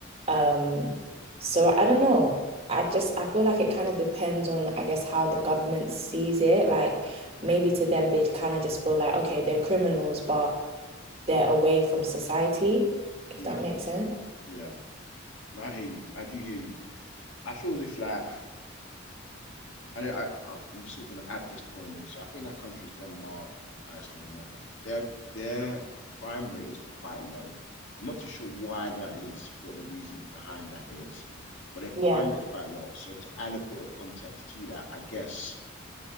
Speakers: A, on the right; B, on the left.
A: Um, so I don't know. I just I feel like it kind of depends on, I guess, how the government sees it. Like maybe to them they kind of just feel like, okay, they're criminals, but they're away from society, if
B: Yeah,
A: that makes sense.
B: yeah. No, I hear you. I do hear you. I feel as if like I know I, I I'm still gonna add this point in. So I think that countries Denmark, Iceland, whatnot. Their their crime rate is quite low. I'm not too sure why that is, what the reason behind that is, but their
A: Yeah.
B: crime rate is quite low. So to add a bit of context to that, I guess